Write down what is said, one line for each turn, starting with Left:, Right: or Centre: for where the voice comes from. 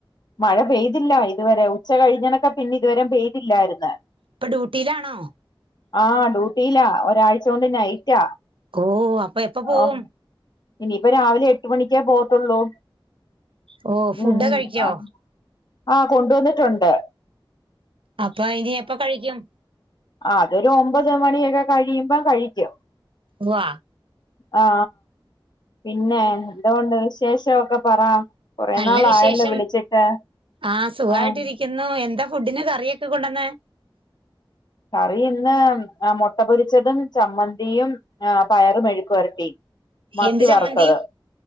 Left: മഴ പെയ്തില്ല ഇതുവരെ ഉച്ച കഴിഞ്ഞനൊക്കെ പിന്നെ ഇതുവരെ പെയ്തില്ലായിരിന്ന്
Right: പ്പൊ ഡ്യൂട്ടിയിലാണോ
Left: ആഹ് ഡ്യൂട്ടിയില്ലാ ഒരാഴ്ച കൊണ്ട് നൈറ്റാ
Right: ഓ അപ്പൊ എപ്പൊ പോവും
Left: ഓഹ് ഇനിയിപ്പോ രാവിലെ എട്ട് മണിക്കേ പോവത്തള്ളൂ
Right: ഓ
Left: ഹ്
Right: ഫുഡ് കഴിക്കോ
Left: ആ ആ കൊണ്ടുവന്നിട്ടുണ്ട്
Right: അപ്പൊ അയിനി എപ്പൊ കഴിക്കും
Left: ആ അതൊരു ഒമ്പത് മണിയൊക്കെ കഴിയുമ്പോ കഴിക്കും
Right: വാ
Left: ആ പിന്നെ എന്തോ ഒണ്ട് വിശേഷവൊക്കെ പറ കൊറേ
Right: നല്ല
Left: നാളായല്ലോ
Right: വിശേഷം
Left: വിളിച്ചിട്ട്
Right: ആ സുഖായിട്ടിരിക്യുന്നു
Left: ആഹ്
Right: എന്താ ഫുഡിന് കറിയൊക്കെ കൊണ്ടന്നേ
Left: കറി ഇന്ന് മുട്ട പൊരിച്ചതും ചമ്മന്തിയും പയർ മെഴുക്ക് വരട്ടിയും മത്തി
Right: എന്ത് ചമ്മന്തി
Left: വറുത്തത്